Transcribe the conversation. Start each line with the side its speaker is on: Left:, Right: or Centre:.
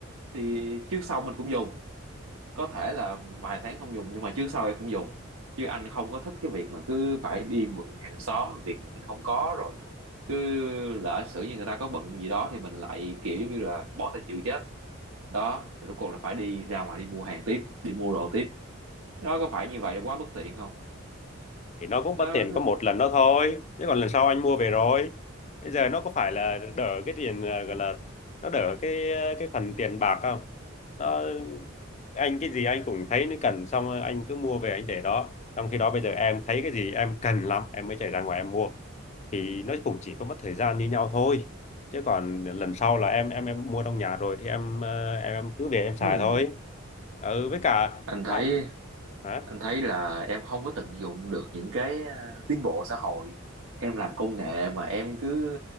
Right: thì trước sau mình cũng dùng có thể là vài tháng không dùng nhưng mà trước sau em cũng dùng chứ anh không có thích cái việc mà cứ phải đi mượn hàng xóm việc mà mình không có rồi cứ lỡ xử như người ta có bận gì đó thì mình lại kiểu giống như là bó tay chịu chết đó rồi rốt cuộc là phải đi ra ngoài đi mua hàng tiếp đi mua đồ tiếp nó có phải như vậy là quá bất tiện không
Left: thì nó cũng
Right: nó,
Left: mất tiền có một lần đó thôi chứ còn lần sau anh mua về rồi bây giờ nó có phải là đỡ cái tiền à, gọi là nó đỡ cái cái phần tiền bạc không nó anh cái gì anh cũng thấy nó cần xong rồi anh cứ mua về anh để đó trong khi đó bây giờ em thấy cái gì em cần lắm em mới chạy ra ngoài em mua thì nó cũng chỉ có mất thời gian như nhau thôi chứ còn lần sau là em em em mua trong nhà rồi thì em ờ, em em cứ về em xài
Right: hmm,
Left: thôi ừ với cả
Right: anh thấy
Left: à, hả
Right: anh thấy là em không có tận dụng được những cái à, tiến bộ xã hội em làm công nghệ mà em cứ